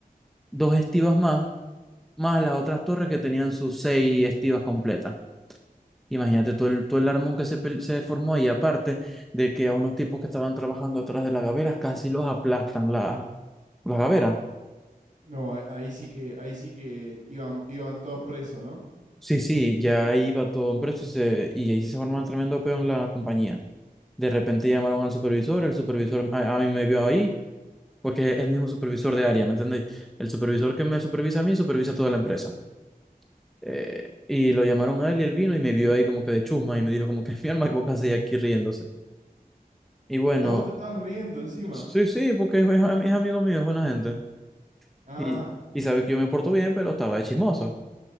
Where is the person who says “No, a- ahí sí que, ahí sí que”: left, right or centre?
Right